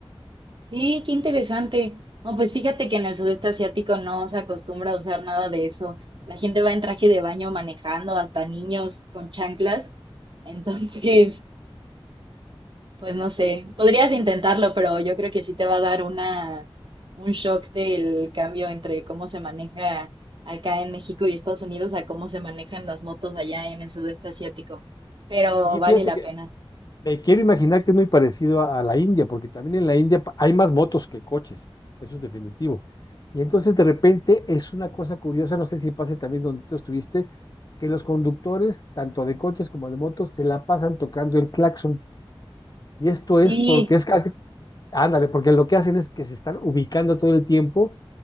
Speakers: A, on the right; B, on the left.
A: Sí, qué interesante. No, pues fíjate que en el sudeste asiático no se acostumbra a usar nada de eso. La gente va en traje de baño manejando, hasta niños con chanclas. <laughs> Entonces, pues no sé, podrías intentarlo, pero yo creo que sí te va a dar una, un shock del cambio entre cómo se maneja acá en México y Estados Unidos a cómo se manejan las motos allá en el sudeste asiático. Pero
B: Y
A: vale
B: fíjate
A: la
B: que
A: pena.
B: me quiero imaginar que es muy parecido a, a la India, porque también en la India pa- hay más motos que coches, eso es definitivo. Y entonces de repente es una cosa curiosa, no sé si pase también donde tú estuviste, que los conductores, tanto de coches como de motos, se la pasan tocando el claxon. Y esto es
A: Sí,
B: porque es, Ándale, porque lo que hacen es que se están ubicando todo el tiempo